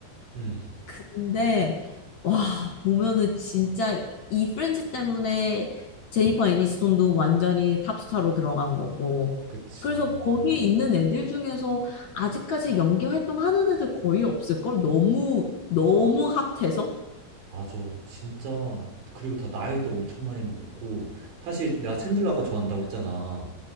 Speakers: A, on the right; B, on the left.
A: 음
B: 근데, 와, 보면은 진짜 이 프렌즈 때문에 제니퍼 애니스톤도 완전히 탑스타로 들어간 거고.
A: 그치
B: 그래서 거기에
A: 음
B: 있는 애들 중에서 아직까지 연기 활동하는 애들 거의 없을걸? 너무, 너무 핫해서?
A: 맞아 진짜 그리고 다 나이도 엄청 많이 먹었고 사실 내가 챈들러 아까 좋아한다고 했잖아